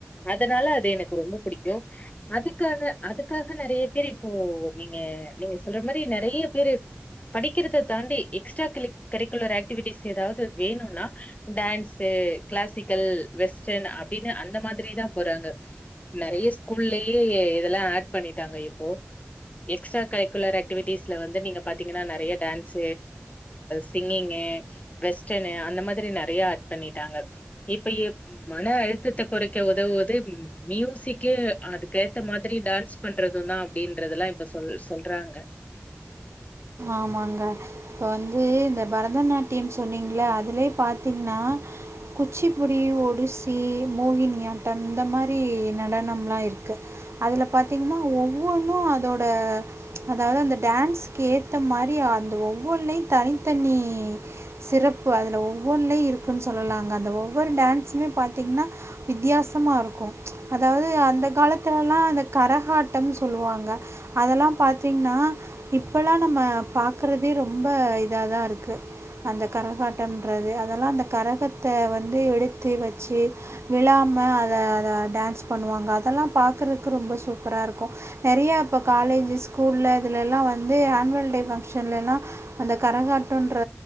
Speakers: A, on the left; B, on the right.
A: அதுனால அது எனக்கு ரொம்ப புடிக்கும் அதுக்கான அதுக்காக நிறைய பேர் இப்போ நீங்க நீங்க சொல்ற மாரி நெறைய பேரு படிக்கிறத தாண்டி எக்ஸ்ட்ரா கலி கரிக்குலர் ஆக்டிவிட்டிஸ் ஏதாவுது வேணுன்னா டான்ஸ் கிளாசிக்கல் வெஸ்டன் அப்டின்னு அந்த மாதிரி தான் போறாங்க நெறைய ஸ்கூல்லயே இத லா ஆட் பண்ணிட்டாங்க இப்போ நிறைய எக்ஸ்ட்ரா கரிக்குலர் ஆக்டிவிடீஸ்ல நீங்க பாத்திங்கன்னா பாட்டு டான்ஸ் சிங்கிங் வெஸ்டன் அந்த மாதிரி நெனனயா ஆட் பண்ணிட்டாங்க இப்ப ஏப் மன அழுத்தத குறைக்க உதவுது மியூசிக் அதுக்கேத்த மா திரி டான்ஸ் பண்றதும் தான் அப்டின்றது எல்லா இப்ப சொல் சொல்றாங்க
B: ஆமாங்க இப்போ வந்து இந்த பரதநாட்டியம் சொன்னீங்கள அதுலயே பாத்தீங்கன்னா குச்சிப்புடி ஒடிசி மோகினியாட்டம் இந்த மாதிரி நடனம்லாம் இருக்கு அதுல பாத்தீங்கன்னா ஒவ்வொன்னும் அதோட அதாவுது அந்த டான்ஸ் ட்ட மாரி அந்த ஒவ்வொன்னுலயு தனித்தனி சிறப்பு அதுல ஒவ்வொன்லயும் இருக்குன்னு சொல்லலாங்க அந்த ஒவ்வொரு டான்ஸ்மே பாத்தீங்கன்னா வித்தியாசமா இருக்கும் அதாவுது அந்த காலத்துலலாம் அந்த கரகாட்டம் சொல்லுவாங்க அதெல்லா பாத்தீங்கன்னா இப்பல்லாம் நம்ம பாக்கறதே ரொம்ப இதா தான் இருக்கு அந்த கரகாட்டன்றது அதெல்லா அந்த கரகத்த எடுத்து வச்சு விழாம அத அத டான்ஸ் பண்ணுவாங்க அதெல்லா பாக்றக்கு ரொம்ப சூப்பரா இருக்கும் நெறையா இப்போ காலேஜ் ஸ்கூல்ல இதுல எல்லாம் வந்து ஆன்வல் டே ஃபங்க்ஷன்லலாம் அந்த கரகாட்டன்ற